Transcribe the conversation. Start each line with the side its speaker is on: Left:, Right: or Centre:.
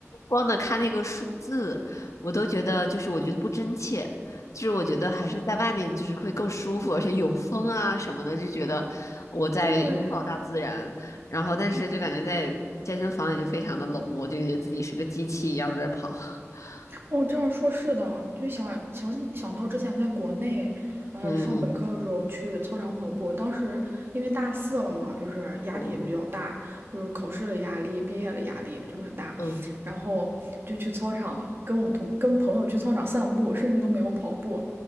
Left: 光的看那个数字，我都觉得就是我觉得不真切。就是我觉得还是在外面就是会更舒服，而且有风啊什么的，就觉得我在拥抱大自然。
Right: 对，
Left: 然后但是就感觉在健身房里就非常的冷漠，就觉得自己是个机器一样在那儿跑。<laughs>
Right: 哦，这样说是的，就想想想到之前在国内，呃，
Left: 嗯嗯
Right: 上本科的时候去操场跑步，当时因为大四了嘛，就是压力也比较大，
Left: 嗯
Right: 就是考试的压力、毕业的压力就很大，
Left: 嗯
Right: 然后就去操场跟我同跟朋友去操场散步，甚至都没有跑步，